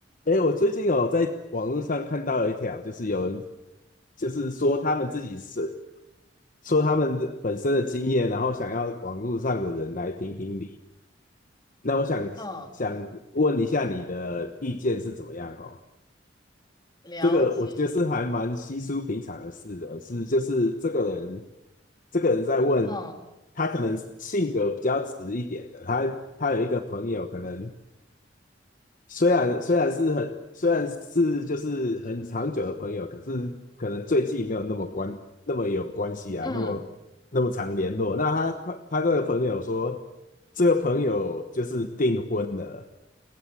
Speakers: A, on the left; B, on the left.
A: 诶，我最近有在网络上看到一条，就是有人就是说他们自己是说他们的本身的经验，然后想要网络上的人来评评理。那我想想问一下你的意见是怎么样哦？
B: 嗯，了解，
A: 这个我觉得是还蛮稀疏平常的事的，是就是这个人这个人在问
B: 嗯
A: 他可能性格比较直一点的，他他有一个朋友可能。虽然虽然是很虽然是就是很长久的朋友，可是可能最近没有那么关那么有关系啊，
B: 嗯，
A: 那么那么常联络。那他他他这个朋友说，这个朋友就是订婚了，